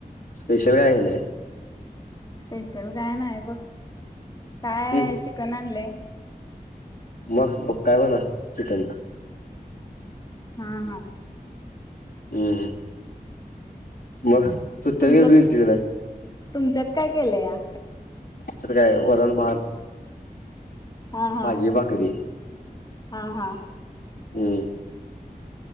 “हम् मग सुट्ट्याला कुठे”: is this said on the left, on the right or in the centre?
Left